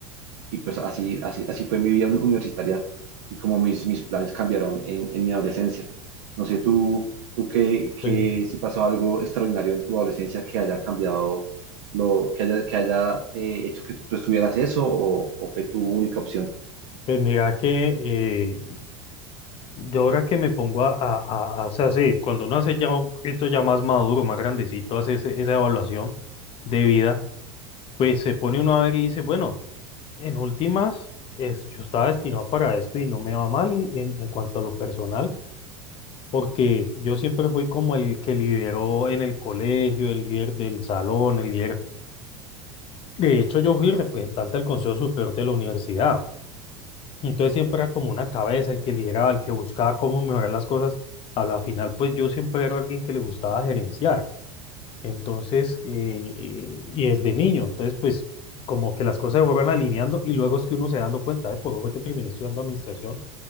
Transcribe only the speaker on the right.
y pues así, así, así fue mi vida uni- universitaria y como mis, mis planes cambiaron en, en mi adolescencia. No sé, tú, tú qué, qué,
si pasó algo extraordinario en tu adolescencia que haya cambiado, lo, que haya, que haya eh, hecho que tú estuvieras eso o, o fue tu única opción.